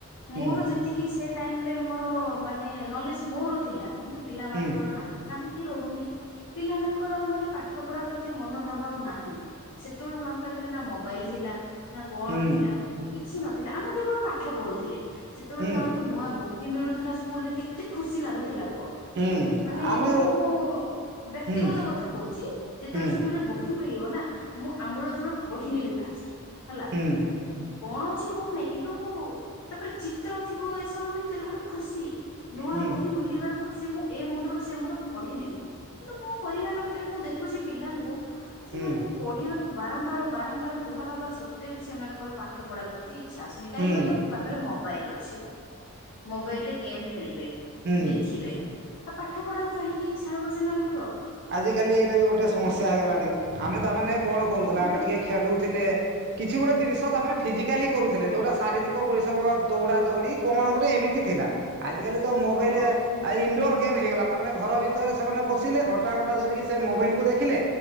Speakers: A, on the right; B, on the left.
A: ହୁଁ
B: ମୋର ଯେତିକି ସେ ଟାଇମ ରେ ମୋର ମାନେ ନଲେଜ ମୋର ଥିଲା। କିନ୍ତୁ ପିଲାମାନଙ୍କର
A: ହୁଁ
B: ନାହିଁ। କାହିଁକି ରହୁନି? ପିଲାମାନଙ୍କର ଆଉ ମାନେ ପାଠ ପଢା ପ୍ରତି ମନୋଭାବ ଆଉ ନାହିଁ ସେତେ ବେଳକୁ ଆମ ପାଖରେ ନା ମୋବାଇଲ ଥିଲା। ନା କଣ
A: ହୁଁ
B: ଥିଲା। କିଛି ନଥିଲା। ଆମେ କେବଳ ପାଠ ପଢୁଥିଲେ। ଯେତେବେଳକୁ
A: ହୁଁ।
B: ଆମକୁ ନୂଆ ବହି ମିଳୁଥିଲା ସ୍କୁଲ ରେ କେତେ ଖୁସି ଲାଗୁଥିଲା। ମାନେ
A: ହୁଁ ଆମେ
B: ମୁଁ ମୋ ବ୍ୟକ୍ତିଗତ
A: ହୁଁ
B: କଥା କହୁଛି। ଯେତେବେଳେ
A: ହୁଁ
B: ସ୍କୁଲରେ ବହି। ମିଳିବ ନା ମୁଁ ଆମୂଳ ଚୂଳ ପଢିନେବି ଫାଷ୍ଟ। ହେଲା
A: ହୁଁ
B: କଣ ଅଛି କଣ ନାହିଁ କିନ୍ତୁ। ତାପରେ ଚିତ୍ର ଥିବ ଏସବୁ ଭିତରେ ଗୋଟେ ଖୁସି ନୂଆ
A: ହୁଁ
B: ବହି ମିଳିବାର। ଖୁସି ମୁଁ ଏ ମୁଣ୍ଡରୁ ସେ ମୁଣ୍ଡ ପଢିନେବି। କିନ୍ତୁ ମୋ ପରିବାର ଭିତରେ ମୁଁ ଦେଖୁଛି ପିଲାଙ୍କୁ। ସେମାନଙ୍କୁ
A: ହୁଁ
B: ପଢିବାକୁ ବାରମ୍ବାର, ବାରମ୍ବାର କୁହାହବା ସତ୍ତ୍ୱେ ବି, ସେମାନଙ୍କର ପାଠ ପଢା ପ୍ରତି। ଇଚ୍ଛା ଆସୁନି କାହିଁ
A: ହୁଁ
B: କହିଲ ପାଖରେ ମୋବାଇଲ ଅଛି ମୋବାଇଲ ରେ ଗେମ୍ ଖେଳିବେ।
A: ହୁଁ
B: ଦେଖିବେ ଆଉ ପାଠ ପଢାକୁ କାହିଁକି ଇଛା ହବ ସେମାନଙ୍କର।
A: ଆଜି କାଲି ଏଇଟା ବି ଗୋଟେ ସମସ୍ୟା ହେଇଗଲାଣି ଆମେ ତା ମାନେ। କଣ କରୁଥିଲେ
B: ହଁ
A: ଆମେ
B: ପରା
A: ଟିକେ ଖେଲୁଥିଲେ। କିଛି ଗୋଟେ ଜିନିଷ ତମାନେ ଫିଜିକାଲି କରୁଥିଲେ ଯୋଉଟା ଶାରୀରିକ ପରିଶ୍ରମ ଦୌଡା ଦୌଡି କଣ ଗୋଟେ ଏମିତି। ଥିଲା ଆାଜିକାଲି ତ ମୋବାଇଲ
B: ହଁ
A: ଇଣ୍ଡୋର। ଗେମ୍ ହେଇଗଲା ତା ମାନେ ଘର ଭିତରେ ସେମାନେ ବସିଲେ ଘଣ୍ଟା ଘଣ୍ଟା ଧରିକି ସେ ମୋବାଇଲୁ ଦେଖିଲେ